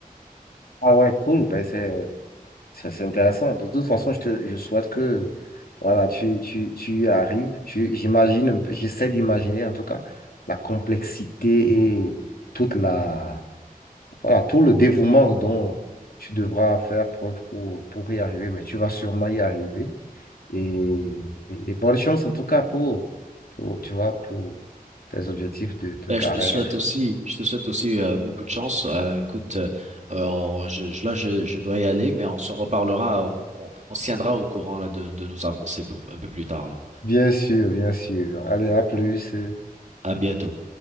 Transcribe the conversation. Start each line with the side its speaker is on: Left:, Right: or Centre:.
Left: Ah ouais, cool, ben c'est Ça, C'est intéressant. De toute façon, je te, je souhaite que voilà, tu, tu, tu y arrives. Tu- J'imagine, un peu- j'essaie d'imaginer en tout cas la complexité et toute la, voilà, tout le dévouement dont tu devras faire preuve pour, pour y arriver. Mais tu vas sûrement y arriver. Et, et- et bonne chance en tout cas pour, pour, tu vois, pour tes objectifs de, de
Right: Ben,
Left: carrière.
Right: je te souhaite aussi, je te souhaite aussi euh, beaucoup de chance. Euh, écoute, euh, euh, on- je, je- là, je, je dois y aller, mais on se reparlera, on, on, on se tiendra au courant là, de, de nos avancées pour un peu plus tard, là.
Left: Bien sûr, bien sûr. Allez, à plus.
Right: À bientôt.